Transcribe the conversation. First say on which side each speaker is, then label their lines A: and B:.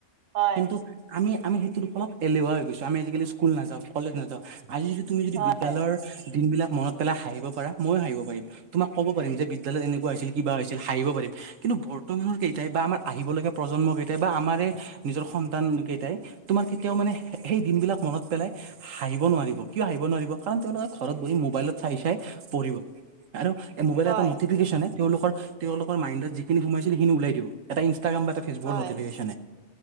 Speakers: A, on the right; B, on the right.
A: হয়
B: কিন্তু আমি আমি সেইটোৰ ফলত এলেহুৱা হৈ গৈছোঁ, আমি আজিকালি স্কুল নাযাওঁ, কলেজ নাযাওঁ। আজি যদি তুমি যদি
A: হয়।
B: বিদ্যালয়ৰ দিনবিলাক মনত পেলাই হাঁহিব পাৰা ময়ো হাঁহিব পাৰিম। তোমাক ক'ব পাৰিম যে বিদ্যালয়ত এনেকুৱা হৈছিল কিবা হৈছিল হাঁহিব পাৰিম। কিন্তু বৰ্তমানৰ কেইটাই বা আমাৰ আহিবলগীয়া প্ৰজন্ম কেইটাই বা আমাৰে নিজৰ সন্তান কেইটাই তোমাৰ কেতিয়াও মানে সেই দিনবিলাক মনত পেলাই হাঁহিব নোৱাৰিব কিয় হাঁহিব নোৱাৰিব কাৰণ তেওঁলোকে ঘৰত বহি মোবাইলত চাই চাই পঢ়িব আৰু মোবাইলৰ
A: হয়
B: এটা নটিফিকেশ্যনে তেওঁলোকৰ তেওঁলোকৰ মাইণ্ডত যিখিনি সোমাইছিল সেইখিনি ওলাই দিব এটা ইনষ্টাগ্ৰাম বা এটা ফেচবুকৰ
A: হয়
B: নটফিকেশচনে।